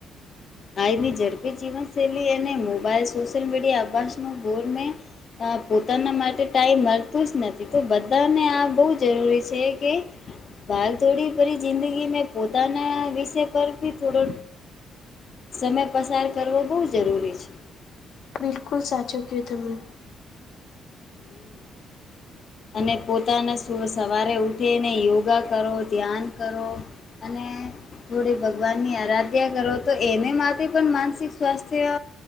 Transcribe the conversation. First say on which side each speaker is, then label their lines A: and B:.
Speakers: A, on the left (about 50°); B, on the left (about 75°).
A: આની ઝડપી જીવનશૈલી અને મોબાઈલ સોશિયલ મીડિયા અભાસનો ગોરને અ પોતાના માટે ટાઈમ મળતું જ નથી તો બધાને આ બહુ જરૂરી છે. કે ભાગ થોડી ભરી જિંદગી મે પોતાના વિષય પર ભી થોડો સમય પસાર કરવો બહુ જરૂરી છે.
B: બિલકુલ સાચું કીધું તમે
A: હમમમ અને પોતાના સુ સવારે ઉઠીને યોગા કરો, ધ્યાન કરો. અને જોડે ભગવાનની આરાધ્યા કરો તો એને માટે પણ માનસિક સ્વાસ્થ્ય